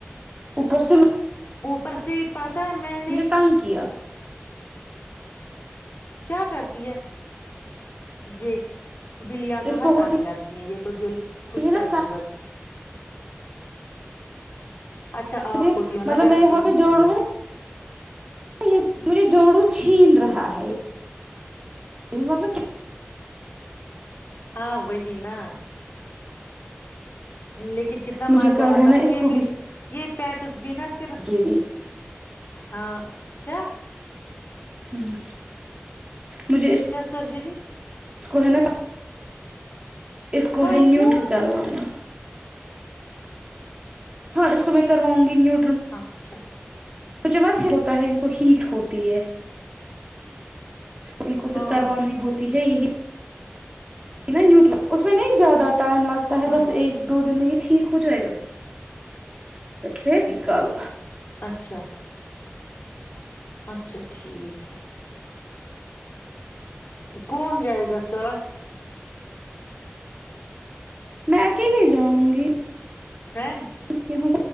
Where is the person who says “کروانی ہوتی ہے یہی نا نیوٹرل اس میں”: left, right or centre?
Right